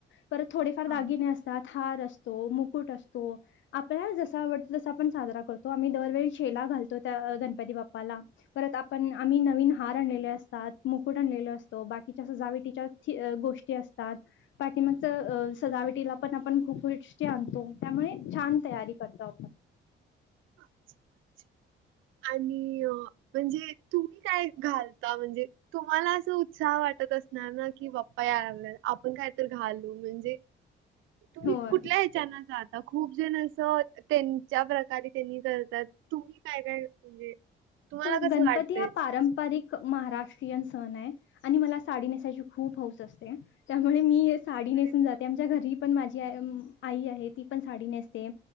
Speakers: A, on the left; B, on the right.
A: परत थोडेफार
B: हां,
A: दागिने
B: हां.
A: असतात. हार असतो. मुकुट असतो. आपल्याला जसा आवडत, तसा आपण साजरा करतो. आम्ही दरवेळी शेला घालतो. त्या, गणपती बाप्पाला. परत आपण, आम्ही नवीन हार आणलेले असतात. मुकुट आणलेले असतो. बाकीच्या असं, जावे तिच्या गोष्टी असतात. पाठीमागचं अ सजावटीला पण आपण खूप गोष्टी आणतो. त्यामुळे छान तयारी करतो आपण.
B: अच्छा, अच्छा. आणि अ म्हणजे तुम्ही काय घालता? म्हणजे तुम्हाला असं, उत्साह वाटत असणार ना? कि, बाप्पा यायला लागले. आपण काय तर घालू. म्हणजे, तुम्ही
A: होय.
B: कुठल्या त्यांना जाता. खूप जण असं त्यांच्या प्रकारे त्यांनी कर तात. तुम्ही काय- काय? म्हणजे तुम्हाला
A: तो
B: कसं
A: गणपती
B: वाटतंय?
A: हा पारंपरिक महाराष्ट्रीयन सणय. आणि मला साडी नेसायची खूप हौस असते. अं. त्यामुळे मी साडी नेसून
B: अरे वा.
A: जाते. आमच्या घरी पण माझी आ- आई आहे. ती पण साडी नेसते.